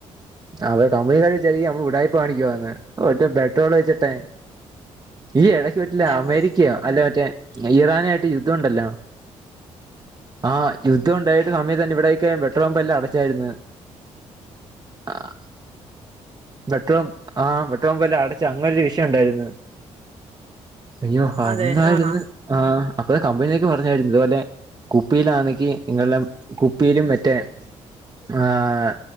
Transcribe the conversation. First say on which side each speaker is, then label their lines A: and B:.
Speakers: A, on the right; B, on the right.
A: അവ കമ്പനിക്കാര് വിചാരിക്കും നമ്മള് ഉടായിപ്പ് കാണിക്കുവാന്ന് ഒറ്റ പെട്രോൾ ഒഴിച്ചിട്ടെ ഈ ഇടക്ക് മറ്റില്ല
B: അതെ
A: അമേരിക്കയോ അല്ലെ മറ്റേ ഇറാനായിട്ട് യുദ്ധണ്ടല്ലൊ ആഹ് യുദ്ധം ഉണ്ടായിട്ട് സമയം തന്നെ ഇവിടൊക്ക പെട്രോൾ പമ്പ് എല്ലാം അടച്ചായിരുന്ന്‌ ആഹ് പെട്രോ ആഹ് പെട്രോപമ്പെല്ലാം അടച്ച് അങ്ങനൊരു വിഷയംണ്ടായിരുന്നു അയ്യോ അന്നായിരുന്നു
B: അതെ ആഹാ
A: ആഹ് അപ്പൊ കമ്പനിയൊക്കെ പറഞ്ഞായിരുന്നു ഇതുപോലെ കുപ്പിയിലാണെങ്കി നിങ്ങളുടെ കുപ്പിയിലും മറ്റേ ആഹ്